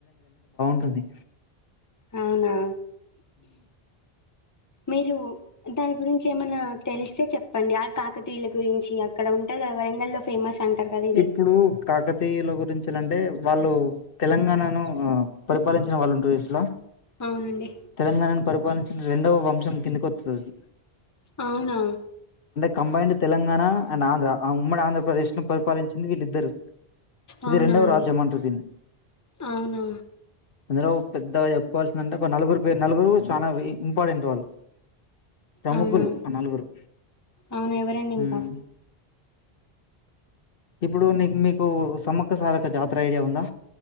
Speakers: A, on the left; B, on the left.
A: అది
B: అవునా. మీరు. దాని గురించి ఏమన్నా తెలిస్తే చెప్పండి. ఆ కాకతీయుల గురించి అక్కడ ఉంటది కదా వర నల్లో ఫేమస్. అంటారు కదా ఇది
A: ఇప్పుడు కాకతీయుల గురించి. అంటే వాళ్ళు తెలంగాణను ఆ పరిపాలించిన వాళ్ళు ఉంటుళ్ళు చూసిల్ల.
B: అవునండి
A: తెలంగాణను పరిపలి రెండవ వంశం కిందిక వతది,
B: అవునా
A: కంబైండ్ తెలంగాణ అండ్ ఆంధ్ర ఆ ఉమ్మడి ఆంధ్రప్రదేశ్ లో పరి పాలించింది వీళ్ళిద్దరు ఇది
B: అవునా
A: రెండవ
B: అండి
A: రాజ్యం అంటారు దీన్ని
B: అవునా
A: ఎందులో పెద్దగా చెప్పుకోవాల్సిందంటే ఒక నలుగురు పేరు నలుగురు చాలా ఇంపార్టెంట్ వాళ్ళు, ప్రముఖులు
B: అవునా
A: ఆ నలుగురు
B: అవునా ఎవరండి
A: ఉమ్
B: ఇంకా,
A: ఇప్పుడు నీకు మీకు సమ్మక్క సారక జాతర ఐడియా ఉందా,